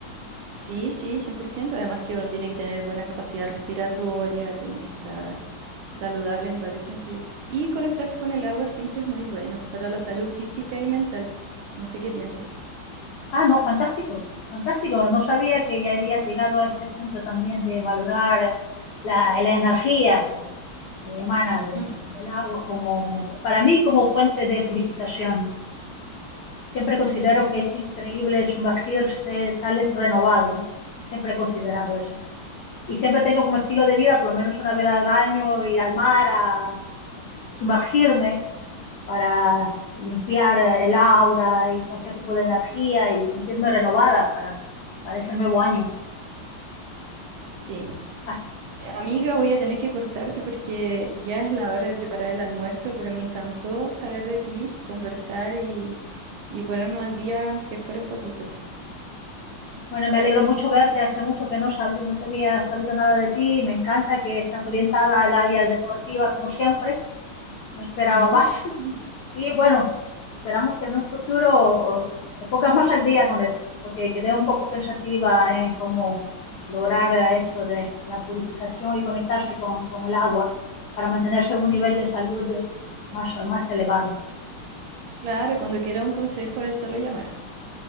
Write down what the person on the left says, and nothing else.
Ah, no, fantástico, fantástico. No sabía que ya habías llegado a ese punto también de valorar la, la energía que, que emana
de- del agua como, para mí, como fuente de purificación. Siempre
considero que es increíble sumergirse, sales renovado. Siempre he considerado eso. Y siempre tengo como estilo de vida, por lo menos una vez al año, ir al mar a sumergirme para limpiar eh, el aura y cualquier tipo de energía y sentirme renovada para, para ese nuevo año.
Ah,
Bueno, me alegro mucho verte. Hace mucho que no sabía, no te había sabido nada de ti. Me encanta que estás orientada al área deportiva como siempre. No esperaba
más.
Y bueno, esperamos que en un futuro me pongas más al día con eso, porque quedé un poco pensativa en cómo lograr eh, eso de la purificación y conectarse con, con el agua para mantenerse en un
nivel de salud eh, más, más elevado.